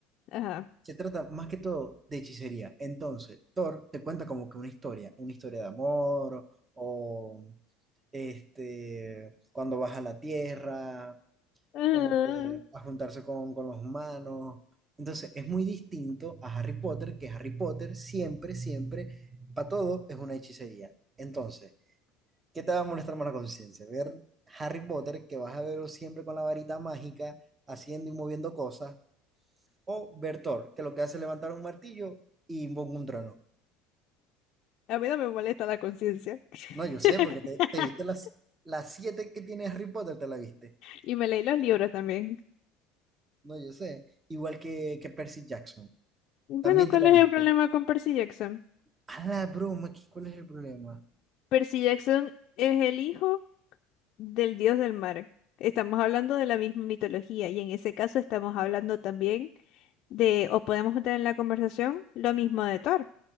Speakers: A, on the left (about 55°); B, on the right (about 20°).
A: Ajá.
B: Se trata más que todo de hechicería. Entonces, Thor te cuenta como que una historia, una historia de amor, o este, cuando baja a la tierra,
A: Ajá.
B: como que a juntarse con, con los humanos. Entonces, es muy distinto a Harry Potter, que Harry Potter siempre, siempre, para todo es una hechicería. Entonces, ¿qué te va a molestar más la conciencia? Ver Harry Potter, que vas a verlo siempre con la varita mágica, haciendo y moviendo cosas, o Bertor, que lo que hace es levantar un martillo y invoca un trono.
A: A mí no me molesta la conciencia.
B: No, yo sé,
A: <laughs>
B: porque te, te viste las, las siete que tiene Harry Potter, te la viste.
A: Y me leí los libros también.
B: No, yo sé. Igual que, que Percy Jackson,
A: Bueno,
B: también
A: ¿cuál
B: te la
A: es
B: viste.
A: el problema con Percy Jackson?
B: A la broma, ¿qué- ¿cuál es el problema?
A: Percy Jackson es el hijo del dios del mar. Estamos hablando de la misma mitología y en ese caso estamos hablando también de, o podemos meter en la conversación, lo mismo de Thor.